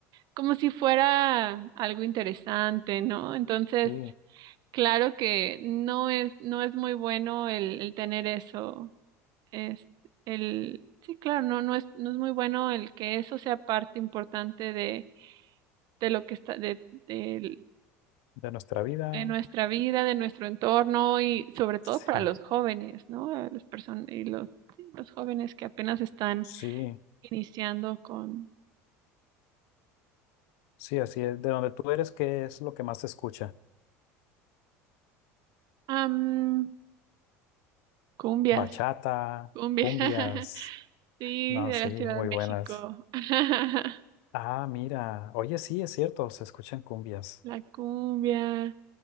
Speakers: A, on the right (about 60°); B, on the left (about 70°).
A: como si fuera algo interesante, ¿no? Entonces,
B: sí,
A: claro que no es, no es muy bueno el, el tener eso, es el, sí, claro, no, no es, no es muy bueno el que eso sea parte importante de, de lo que está, de, del-
B: de nuestra vida.
A: de nuestra vida, de nuestro entorno y sobre todo
B: Sí,
A: para los jóvenes, ¿no? A Las personas y los, sí, los jóvenes que apenas están
B: sí,
A: iniciando con,
B: sí, así es. De donde tú eres, ¿qué es lo que más se escucha?
A: am, cumbias,
B: Bachata,
A: cumbias.
B: cumbias.
A: <laughs> Sí,
B: No,
A: de
B: sí,
A: la Ciudad
B: muy
A: de México.
B: buenas.
A: <laughs>
B: Ah, mira. Oye, sí, es cierto, se escuchan cumbias.
A: La cumbia.